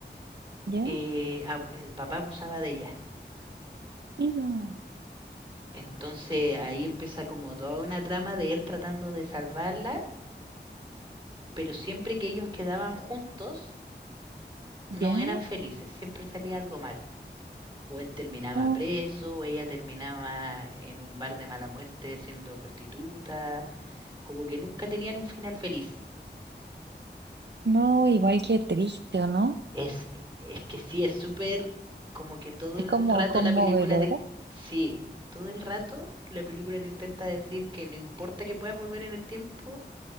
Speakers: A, on the right; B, on the right.
A: Ya.
B: eh, el papá abusaba de ella.
A: Ya.
B: Entonces ahí empieza como toda una trama de él tratando de salvarla, pero siempre que ellos quedaban juntos no
A: Ya.
B: eran felices, siempre salía algo mal. O él terminaba
A: No.
B: preso, o ella terminaba en un bar de mala muerte siendo prostituta, como que nunca tenían un final feliz.
A: No, igual que triste, ¿o no?
B: Es, es que sí, es súper como que todo
A: Es
B: el
A: como
B: rato
A: conmovedora.
B: la película te... Sí, todo el rato la película te intenta decir que no importa que puedas volver en el tiempo,